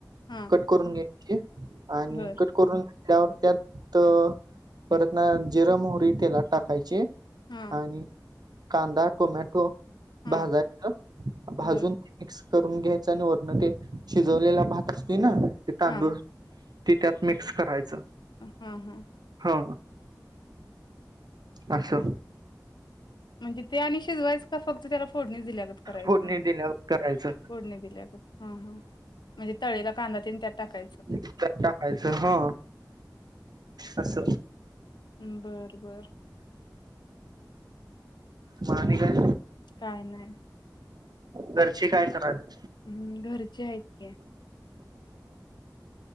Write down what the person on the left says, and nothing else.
हा
बर
हा
हा
बर
हा
हा हा
म्हणजे ते आणि शिजवायच का फक्त त्याला फोडणी दिल्या गत- करायच
फोडणी दिल्या गत ह, ह म्हणजे तळेला कांदा न ते त्यात टाकायच.
हम्म बरं बरं
काय नाय.
हम्म -घरचे आहेत. ओके.